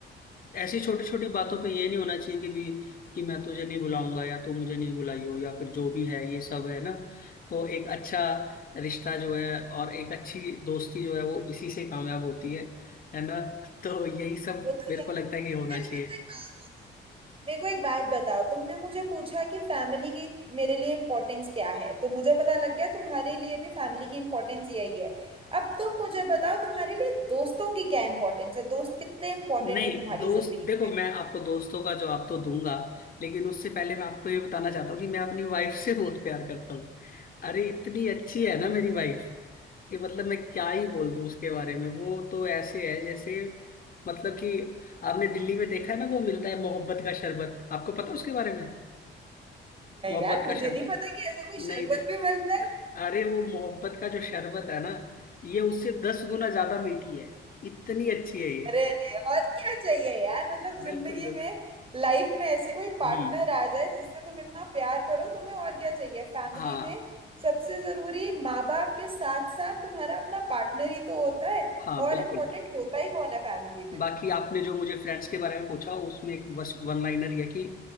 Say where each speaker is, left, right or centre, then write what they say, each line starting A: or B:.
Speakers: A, on the left; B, on the right.
A: ऐसी छोटी छोटी बातों पे ये नहीं होना चाहिए कि भी कि मैं तुझे नहीं बुलाऊंगा या तू मुझे नहीं बुलाई हो या फिर जो भी है ये सब है ना तो एक अच्छा रिश्ता जो है और एक अच्छी दोस्ती जो है वो इसी से कामयाब होती है है ना <laughs> तो यही सब
B: वो तो
A: मेरे
B: है
A: को लगता है कि होना
B: पहले
A: चाहिए
B: मेरे को एक बात मेरे को एक बात बताओ तुमने मुझे पूछा कि फैमिली की मेरे लिए इम्पोर्टेंस क्या है तो मुझे पता लग गया तुम्हारे लिए भी फैमिली की इम्पोर्टेंस यही है अब तुम मुझे बताओ तुम्हारे लिए दोस्तों की क्या इम्पोर्टेंस है दोस्त कितने इम्पोर्टेंट
A: नहीं
B: हैं तुम्हारी
A: दोस्त
B: जिंदगी
A: देखो
B: में
A: मैं आपको दोस्तों का जवाब तो दूंगा लेकिन उससे पहले मैं आपको ये बताना चाहता हूँ कि मैं अपनी वाइफ से बहुत प्यार करता हूँ अरे इतनी अच्छी है ना मेरी वाइफ, कि मतलब मैं क्या ही बोल दूं उसके बारे में वो तो ऐसे है जैसे मतलब कि आपने दिल्ली में देखा है ना वो मिलता है मोहब्बत का शरबत आपको पता है उसके बारे में
B: नहीं
A: मोहब्बत
B: यार
A: का
B: मुझे
A: शरबत
B: नहीं पता कि ऐसा कोई
A: नहीं
B: शरबत
A: नहीं
B: भी मिलता है
A: अरे वो मोहब्बत का जो शरबत है ना ये उससे दस गुना ज्यादा मीठी है इतनी अच्छी है ये
B: अरे अरे और क्या चाहिए यार मतलब जिंदगी
A: बिल्कुल बिल्कुल
B: में लाइफ में ऐसी कोई पार्टनर
A: हम्म
B: आ जाए जिससे तुम इतना प्यार करो तुम्हें और क्या चाहिए फैमिली
A: हाँ
B: में सबसे जरूरी माँ बाप के साथ साथ तुम्हारा अपना पार्टनर ही तो होता है
A: हाँ
B: और
A: बिल्कुल
B: इम्पोर्टेंट होता ही कौन है फैमिली में
A: बाकी आपने जो मुझे फ्रेंड्स के बारे में पूछा उसमें एक बस वन लाइनर है कि